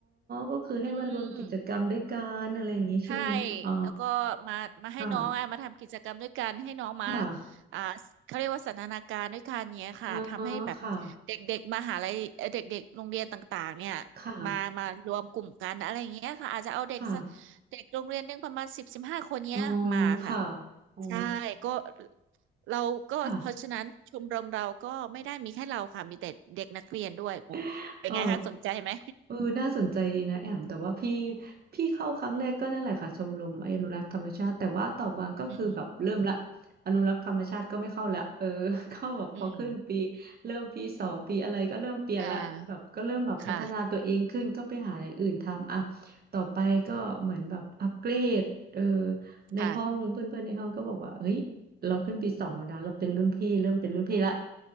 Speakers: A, on the right; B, on the right.
A: ก็คือให้มารวมกิจกรรมด้วยกันอะไรอย่างนี้ใช่ไหมอ๋อ
B: อืม ใช่แล้วก็มามาให้น้องอ่ะมาทำกิจกรรมด้วยกันให้น้องมา
A: ค่ะค่ะ
B: อ่าเขาเรียกว่าสันทนาการด้วยกันเนี้ยค่ะทำให้แบบเด็กๆมหาลัยเอ่อเด็กๆโรงเรียนต่างๆเนี่ย
A: อ๋อค่ะค่ะ
B: มามารวมกลุ่มกันอะไรอย่างเงี้ยค่ะอาจจะเอาเด็กสักเด็กโรงเรียนหนึงประมาณสิบสิบห้าคนเนี้ยมาค่ะ
A: ค่ะอ๋อค่ะอ๋อ
B: ใช่ก็เราก็เพราะฉะนั้นชมรมเราก็ไม่ได้มีแค่เราค่ะมีแต่เด็กนักเรียนด้วย
A: ค่ะ <laughs>
B: เป็นไงคะสนใจไหม
A: อ๋อเออน่าสนใจดีนะแอมแต่ว่าพี่พี่เข้าครั้งแรกก็นั่นแหละค่ะชมรมอนุรักษ์ธรรมชาติแต่ว่าต่อมาก็คือแบบเริ่มละ
B: อืม
A: อนุรักษ์ธรรมชาติก็ไม่เข้าละเออ <laughs> เข้าแบบพอขึ้นปี
B: อืม
A: เริ่มปีสองปีอะไรก็เริ่มเปลี่ยนละแบบก็เริ่มแบบพัฒนาตัวเองขึ้นก็ไปหาอย่างอื่นทำอ่ะ
B: อ่าค่ะ
A: ต่อไปก็เหมือนแบบอัปเกรดเออในห้องเพื่อนๆในห้องก็บอกว่าเฮ้ย
B: ค่ะ
A: เราขึ้นปีสองแล้วนะเราเป็นรุ่นพี่เริ่มเป็นรุ่นพี่ละ